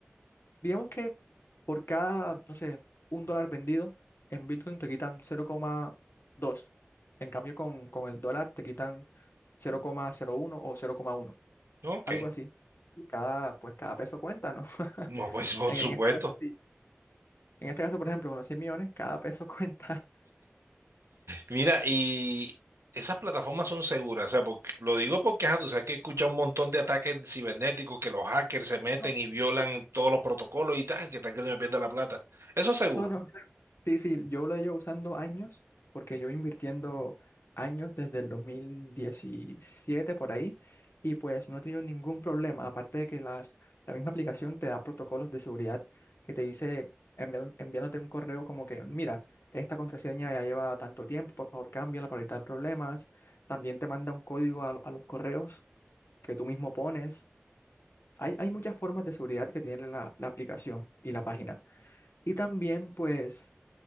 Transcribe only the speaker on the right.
Ok.
No, pues por
supuesto.
Mira, y esas plataformas son seguras, o sea, porque, lo digo porque, ajá, tú sabes que escucha un montón de ataques cibernéticos que los hackers se meten
y violan todos los protocolos y tal, que tal que se me pierda la plata. Eso es seguro.